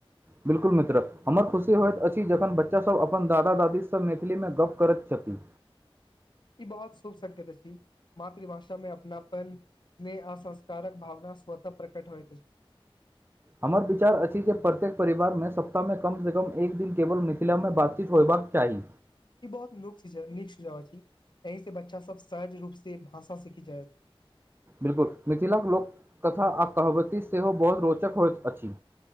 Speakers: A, on the right (about 25°); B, on the left (about 50°).
A: बिल्कुल मित्र हमर खुशी होइत अछि जखन बच्चा सब अपन दादा दादीस मैथिलीमे गप्प करैत छथि
B: इ बहुत शुभ संकेत अछि मातृभाषामे अपनापन नेह आ संस्कारक भावना स्वतः प्रकट होइत अछि
A: हमर विचार अछि जे प्रत्येक परिवारमे सप्ताहमे कमस कम एक दिन केवल मिथिलामे बातचीत होयबाक चाही।
B: इ बहुत नीक सुझाव अछि एहिस बच्चा सब सहज रूप से भाषा सीख जाय।
A: बिल्कुल मिथिलाक लोककथा आ कहावैत सेहो बहुत रोचक होइत अछि।